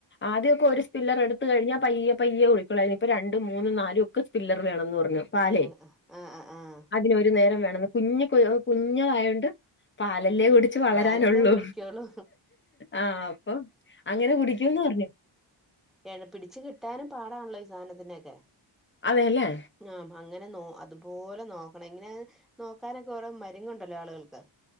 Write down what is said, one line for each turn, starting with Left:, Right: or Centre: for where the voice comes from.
Left: ആദ്യമൊക്കെ ഒരു സ്പില്ലർ എടുത് കഴിഞ്ഞാൽ പയ്യ പയ്യെ കുടി കൊള്ളൂയ് രുന്ന് ഇപ്പോ രണ്ടും മൂന്നും നാലും ഒക്കെ സ്പില്ലർ വേണം എന്ന.. മിൽമാ പാലേ..
Centre: വേണം ആഹ് ആഹ് ആഹ്
Left: അതിനൊരു നേരം വേണം കുഞ്ഞ്ക്ക് കുഞ്ഞതായൊണ്ട് പാലല്ലേ കുടിക്ക ച്ച് വളരാനുള്ളൂ
Centre: പാലല്ലേ കുടിക്കുള്ളൂ
Left: ആഹ് അപ്പൊ അങ്ങനെ കുടിക്കുംന്ന് പർഞ്ഞു
Centre: ഏഹ് പിടിച്ച് കിട്ടാനും പാടാണല്ലോ ഈ സാനത്തിനൊക്കെ
Left: അതെല്ലേ
Centre: ആഹ അങ്ങനെ നോ അതുപോലെ നോക്കണിങ്ങനെ നോക്കാനൊക്കെ ഓരോ മരുങ്ങണ്ടല്ലോ ആളുകൾക്ക്